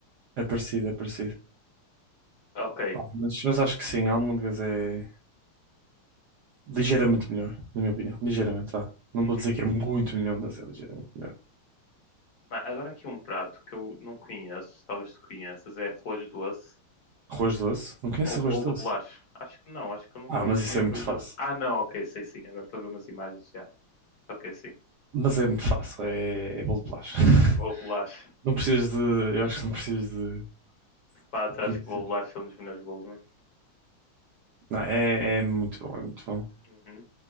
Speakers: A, on the right (about 75°); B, on the left (about 55°).
A: é parecido, é parecido.
B: Ok.
A: Ah, Mas, mas acho que sim, a almôndegas é ligeiramente melhor, na minha opinião. Ligeiramente, vá. Não
B: Uhum.
A: vou dizer que é muito melhor, mas é ligeiramente melhor.
B: Ah, Agora aqui um prato que eu não conheço, talvez tu conheças, é arroz doce
A: Arroz doce? Não conheço
B: ou bolo
A: arroz doce?
B: de bolacha. Acho que não, acho que eu nunca
A: Ah, mas isso
B: comi arroz
A: é muito fácil.
B: doce. Ah, não, ok, sei sim. Agora estou a ver umas imagens já. Ok, sim.
A: Mas é muito fácil, é, é bolo de bolacha. <laughs>
B: Bolo de bolacha.
A: Não precisas de. Eu acho que não precisas de,
B: De fato,
A: de conhecer.
B: acho que bolo de bolacha é um dos melhores bolos, mano.
A: Não, é, é muito bom, é muito bom.
B: Uhum.